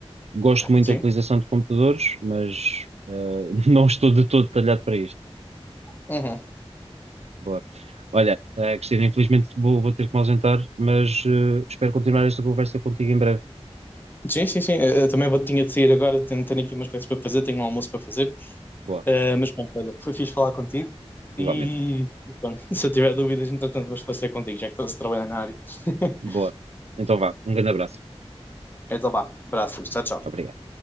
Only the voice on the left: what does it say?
Sim.
Uhum.
Sim, sim, sim. Eu também vou, tinha de sair agora, tenho, tenho aqui umas coisas para fazer, tenho um almoço para fazer.
Eh, mas pronto, olha, foi fixe falar contigo. E
pronto, <laughs> se eu tiver dúvidas, entretanto, vou esclarecer contigo, já que estás a trabalhar na área. <laughs>
Então vá, abraço, tchau, tchau.